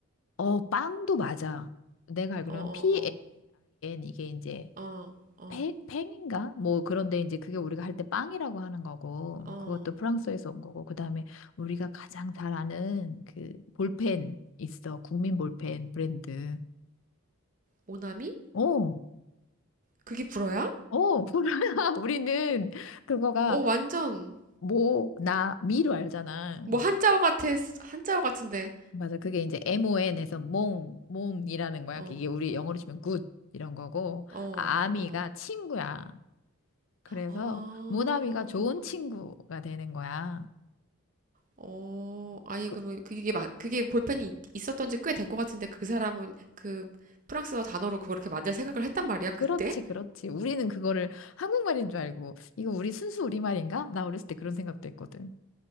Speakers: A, on the left (about 65°); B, on the right (about 40°).
A: 어, 빵도 맞아. 내가 알기로는
B: 어, 어,
A: PAIN
B: 어,
A: 이게 이제
B: 어, 어,
A: 팽, 팽인가? 뭐 그런데 이제 그게 우리가 할 때 빵이라고 하는 거고
B: 어.
A: 그것도 프랑스에서 온 거고 그다음에 우리가 가장 잘 아는 그 볼펜 있어. 국민 볼펜 브랜드.
B: 오나미?
A: 어.
B: 그게 불어야?
A: 어, 보라. <laughs> 우리는 그거가
B: 어, 완전.
A: 모, 나, 미로 알잖아.
B: 뭐 한자어 같아 한자어 같은데
A: 맞아. 그게 이제 MON에서 몽, 몽이라는 거야.
B: 어
A: 이게 우리 영어로 치면 굿 이런 거고
B: 어
A: 아미가
B: 어
A: 친구야. 그래서
B: 아
A: 모나미가 좋은 친구가 되는 거야.
B: 어 아니
A: 그,
B: 그러면 그게 마- 그게 볼펜이 있- 있었던 지 꽤 된 것 같은데 그 사람은 그 프랑스어 단어로 그걸 이렇게 만들 생각을 했단 말이야
A: 그렇지,
B: 그때
A: 그렇지. 우리는 그거를 한국말인 줄 알고, 이거 우리 순수 우리말인가? 나 어렸을 때 그런 생각도 했거든.